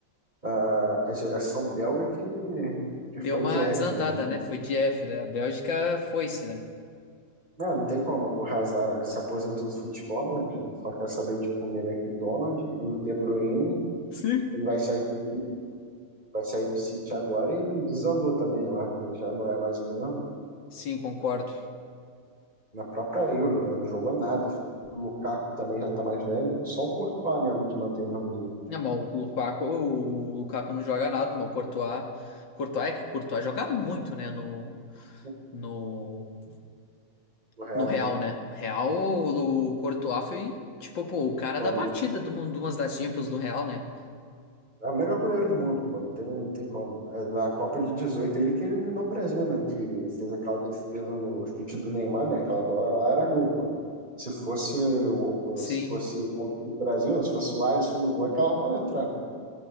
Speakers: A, on the right (about 25°); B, on the left (about 80°).
A: a, a geração belga que,
B: Deu
A: que foi
B: uma
A: de F,
B: desandada,
A: né?
B: né? Foi de F, né? A Bélgica foi-se, né?
A: Não, não tem como. O Hazard se aposentou do futebol, né, gente? Só quer saber de comer McDonald's e o De Bruyne,
B: Sim.
A: ele vai sair do vai sair do City agora e desandou também lá, né? já não é mais o mesmo.
B: Sim, concordo.
A: Na própria Euro, né? não jogou nada. O Lukaku também já tá mais velho, só o Courtois mesmo que mantém o mesmo nível.
B: Não, mas o Lukaku, o Lukaku não joga nada, mas o Courtois, Courtois é que o Courtois joga muito, né? No,
A: né?
B: no
A: O Real,
B: No Real, né? Real, o o Courtois foi, tipo, pô, o cara
A: atualmente.
B: da partida de uma de umas das Champions do Real, né?
A: É o melhor goleiro do mundo, pô, não tem, não tem como. É, Na Copa de 18, ele que eliminou o Brasil, né? Que fez aquela defesa no chute do Neymar, né? Aquela bola lá era gol, pô. Se fosse, o-
B: Sim,
A: o- se fosse contra o Brasil, né? se fosse o Alisson no gol, aquela bola entrava.